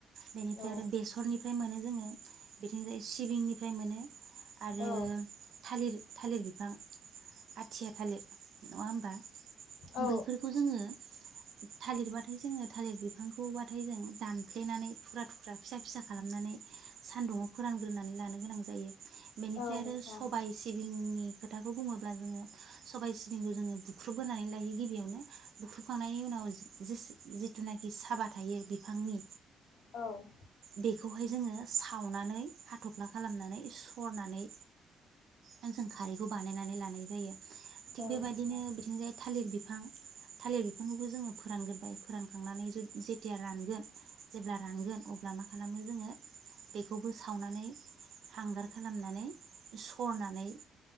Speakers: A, on the right; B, on the left.
A: बेनिफ्राय
B: औ
A: बेसरनिफ्राय मोनो जोङो। बेथिंजाय सिबिंनिफ्राय मोन आरो
B: औ
A: थालिर थालिर बिब फां आथिया थालिर नङा होमबा
B: औ
A: बैफोरखौ जोङो थालिरबाथाय जोङो थालिर बिफांखौबाथाय जों दानफ्लेनानै थुख्रा थुख्रा फिसा फिसा खालामनानै सानदुङाव फोरानग्रोनानै लानो गोनां जायो। बेनिफ्रा
B: औ
A: ओफ्राय आरो
B: नोंथां
A: सबाय सिबिंनि। बेखौ बुङोब्ला जोङो सबाय सिबिंखौ जोङो बुख्रुब ग्रोनानै लायो गिबियावनो बुख्रुबखांनायनि उनाव जिस जितुनाकि साबा थायो बिफांनि
B: औ
A: बेखौहाय जोङो सावनानै हाथ'फ्ला खालामनानै सरनानै ओन जों खारैखौ बानायनानै लानाय जायो। थिग
B: औ
A: बेबायदिनो
B: नोंथां
A: बिथिं जाय थालिर बिफां थालिर बिफांखौबो जोङो फोरानग्रोबाय फोरानखांनानै जुत जेतिया रानगोन जेब्ला रानगोन अब ब्ला मा खालामो जोङो बेखौबो सावनानै हांगार खालामनानै सरनानै